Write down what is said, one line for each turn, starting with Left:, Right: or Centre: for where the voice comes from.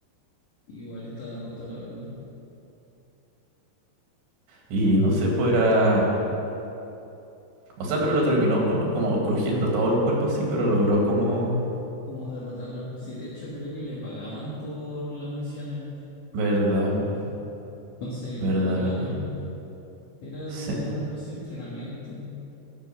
Left: Igual estaba roto, la verdad.
Right: Y no sé, pues era... O sea, pero lo terminó, pues, ¿no? Como crujiendo todo el cuerpo así, pero logró como...
Left: ¿Cómo derrotarlo? Sí, de hecho creo que le pagaban por las misiones.
Right: Verdad, pues.
Left: Entonces igual
Right: Verdad,
Left: le iba
Right: verdad.
Left: bien. Era
Right: Sí.
Left: como una especie de entrenamiento.